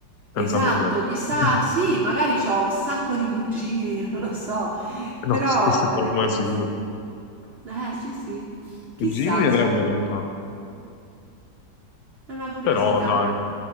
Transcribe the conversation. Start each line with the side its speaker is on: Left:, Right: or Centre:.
Left: senza
Right: Esatto,
Left: problemi.
Right: chissà,
Left: <laughs>
Right: sì, magari ho un sacco di cugini, <laughs> non lo so,
Left: No,
Right: però
Left: questo
Right: vabbè,
Left: è poco
Right: anche
Left: ma sicuro.
Right: questo. Eh, sì, sì, chissà,
Left: Cugini ne
Right: insomma,
Left: avrei volontà,
Right: è una curiosità.
Left: però dai,